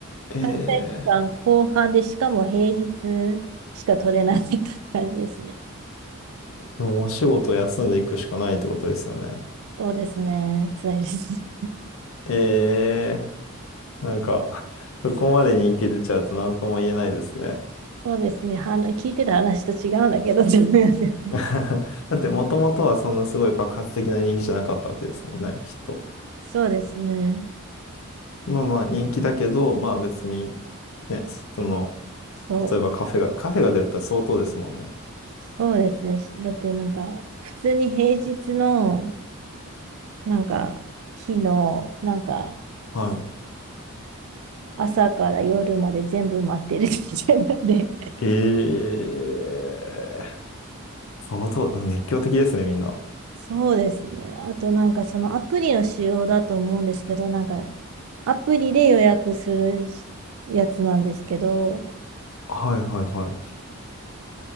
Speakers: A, on the left; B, on the right.
A: ええ
B: 開催期間後半で、しかも平日しか取れないって感じですね。
A: でもお仕事休んでいくしかないってことですよね。
B: そうですね。辛いです。
A: ええなんか、<laughs> そこまで人気出ちゃうと何とも言えないですね。
B: そうですね。は聞いてた話と違うんだけど、ちょっとすみません
A: <laughs> だって、もともとはそんなすごい爆発的な人気じゃなかったわけですもんね、きっと。
B: そうですね。
A: まあまあ、人気だけど、まあ別に、ね、その、
B: そう。
A: 例えばカフェが、カフェが出るって相当ですもんね。
B: そうですね。だってなんか、普通に平日の、なんか、日の、なんか、
A: はい。
B: 朝から夜まで全部待ってるみたいなんで。
A: ええ相当、熱狂的ですね、みんな。
B: <laughs> そうですね。あとなんかそのアプリの仕様だと思うんですけど、なんかアプリで予約するやつなんですけど、
A: はいはいはい。